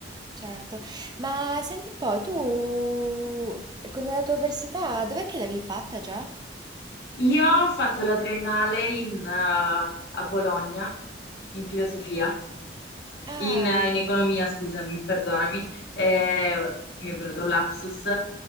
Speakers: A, on the right (about 25°); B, on the left (about 65°).
A: certo. Ma senti un po', tu con la tua università, dov'è che l'avevi fatta già?
B: Io ho fatto la triennale in, eh, a Bologna, in filosofia,
A: Ah,
B: in, eh, in economia, scusami, perdonami, eh, mi è venuto un lapsus.